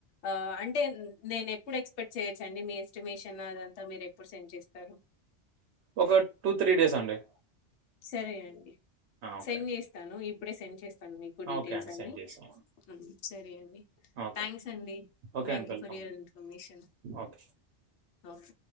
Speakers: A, on the left (about 75°); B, on the right (about 75°).
A: ఆ అంటే నేనేప్పుడు ఎక్స్ స్పెక్ట్ చేయోచ్చండి మీస్ ఎస్టిమేషన్ అదంతా మీరు ఎప్పుడు సెండ్ చేస్తారు
B: ఒకడ్ టూ త్రీ డేస్ అండి
A: సరేయండి
B: ఓకే
A: సెండ్ ఎస్తాను ఇపుడే సెండ్ చేస్తాను మీకు డీటెల్సు
B: ఓకే అండి
A: అన్ని
B: సెండ్ చేసి
A: ఉమ్ సరే అండి
B: ఓకే
A: థ్యాంక్స్ అండి
B: ఓకే
A: thank
B: అండి
A: you
B: welcome
A: for your information
B: okay
A: న్ఫ్